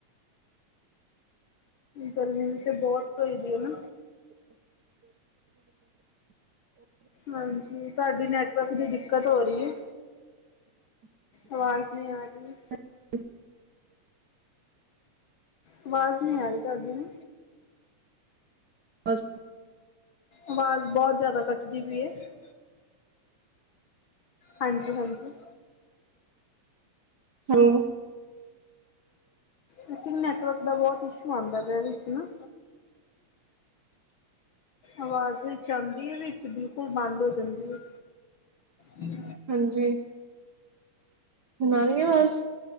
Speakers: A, on the left; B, on the right.
A: ਗਰਮੀ ਤੇ ਬਹੁਤ ਹੋ ਦੀ ਹੈ ਨਾ। ਹਾਂਜੀ, ਤੁਹਾਡੀ ਨੈਟਵਰਕ ਦੀ ਦਿੱਕਤ ਹੋ ਰਹੀ ਹੈ। ਆਵਾਜ਼ ਨਹੀਂੀ ਆ ਰਹੀ।
B: ਅੱ
A: ਆਵਾਜ਼ ਨਹੀਂੀ ਆ ਰਹੀ, ਤੁਹਾਡੀ ਨਾ।
B: ਅੱ
A: ਆਵਾਜ਼ ਬਹੁਤ ਜਿਆਦਾ ਕੱਟਦੀ ਪਈ ਹੈ। ਹਾਂਜੀ ਹਾਂਜੀ।
B: ਹਾਂ-
A: ਲਕ ਨੈਟਵਰਕ ਦਾ ਬਹੁਤ ਇਸ਼ੂ ਆਉਂਦਾ ਪਿਆ, ਇਹ ਵਿੱਚ ਨਾ। ਆਵਾਜ਼ ਵਿੱਚ ਆਂਦੀ ਏ, ਬਿਲਕੁਲ ਬੰਦ ਹੋ ਜਾਂਦੀ ਹੈ। ਹਮ।
B: ਹਾਂਜੀ। ਹੁਨ ਆ ਰਹੀਂ ਆ ਆਵਾਜ?